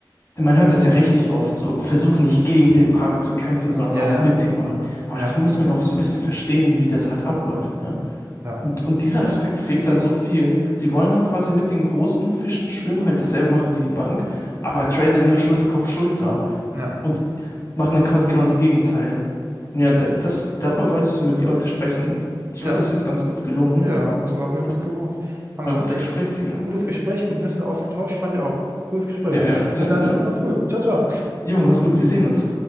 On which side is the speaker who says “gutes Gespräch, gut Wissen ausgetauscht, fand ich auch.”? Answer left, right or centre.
Right